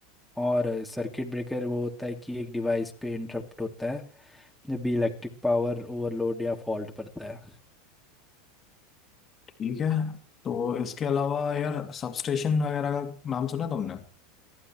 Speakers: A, in the centre; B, on the left.
A: और सर्किट ब्रेकर वो होता है कि एक डिवाइस पे इंटरप्ट होता है जब भी इलेक्ट्रिक पावर ओवरलोड या फॉल्ट पड़ता है
B: ठीक है तो इसके अलावा यार सबस्टेशन वगैरह का नाम सुना तुमने